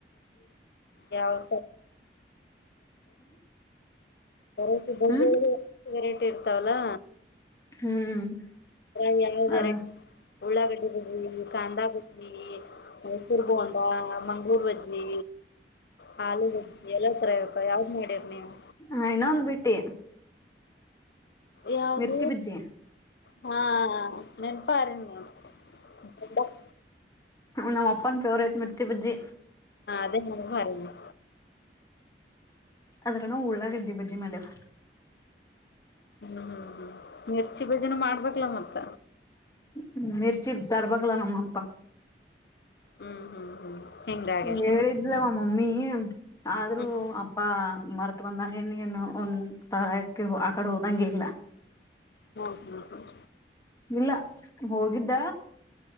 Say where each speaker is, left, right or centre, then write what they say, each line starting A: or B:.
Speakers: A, on the left; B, on the left.
A: ಯಾವ ವೆರೈಟಿ ಬಜ
B: ಹ್ಮ್
A: ವೆರೈಟಿ ಇರ್ತಾವಲ್ಲಾ
B: ಹ್ಮ್
A: ಹಾ ಯಾವ ವರಟ
B: ಅ
A: ಉಳ್ಳಾಗಡ್ಡಿ ಬಜ್ವಿ ಕಾಂದಾ ಬಜ್ಜವಿ ಮೈಸೂರು ಗೋಂಡಾ ಮಂಗಗಳೂರು ಬಜ್ಜಿ ಹಾಾಲಡ್ ಎಲ್ಲ ತರ ಇತ ಯಾವ್ದ್ ಮಾಡಿರ್ ನೀವು
B: ಹ ಇನ್ನೊಂದು್ ಬಿಟ್ಟಿ
A: ಯಾವ್ದ
B: ಮಿರ್ಚಿ ಬಜ್ಜಿ
A: ಹಾ ನೆನ್ಪಾರಣೆ <unintelligible>
B: ನಮ್ಮ್ ಅಪ್ಪನ್ ಫೇವ್ರೇಟ್ ಮಿರ್ಚಿ ಬಜ್ಜಿ
A: ಅದ ನ್ೆ
B: ಅದ್ರ ನಾವು ಉಳ್ಳಾಗಡ್ಡಿ ಬಜ್ಜಿ ಮಾಡೇವು
A: ಹ್ಮ್ ಹ್ಮ್ ಹ್ಮ್ ಮಿರ್ಚಿ ಬಜನ ಮಾಡ್ಬೇಕಕ್ಲ ಮತ್ತ
B: ಹ್ಮ್ ಮರ್ಚಿ ತರಬೇಕಕಲ್ಲ ನಮ್ಮ ಅಪ್ಪ
A: ಹ್ಮ್ ಹ್ಮ್ ಹ್ಮ್ ಹಿಂಗಾಗೈತೆನ
B: ಹೇಳಿದ್ಲ್ಲವ ಮಮ್ಮಿ ಆದ್ರೂ
A: ಹ್ಮ್
B: ಅಪ್ಪ ಮರ್ ಬಂದಾನ ನ್ ಏನು ಒನ್ ತರಕ್ಕೆ ಆ ಕಡೆ ಹೋದಂಗೆ ಇಲ್ಲ
A: ಹ್ಮ್ ಹ್ಮ್
B: ಇಲ್ಲ ಹೋಗಿದ್ದ